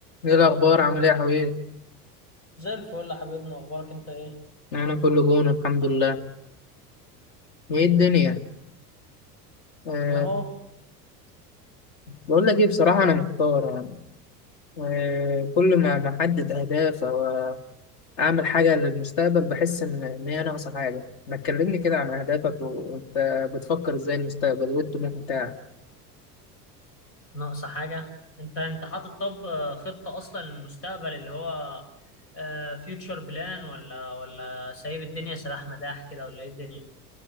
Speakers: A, on the left; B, on the left.
A: ايه الاخبار عامل ايه يا حبيبي
B: زي الفل يا حبيبنا اخبارك انت ايه
A: انا كله جون الحمد لله ايه الدنيا أه
B: اهو
A: بقول لك ايه بصراحه انا محتار يعني أه كل ما ما احدد اهداف او اعمل حاجه للمستقبل بحس ان ان هي ناقصه حاجه ما تكلمني كده عن اهدافك و- وانت بتفكر ازاي المستقبل وايه الطموح بتاعك
B: ناقصة حاجة انت انت حاطط طب آه، خطة اصلا للمستقبل اللي هو فيوتشر بلان ولا ولا سايب الدنيا سلاح مداح كده ولا ايه الدنيا